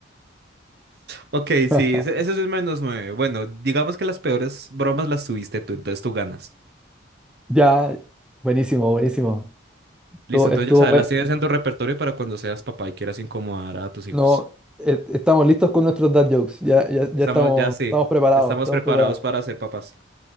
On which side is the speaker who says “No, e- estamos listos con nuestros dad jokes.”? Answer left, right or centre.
Centre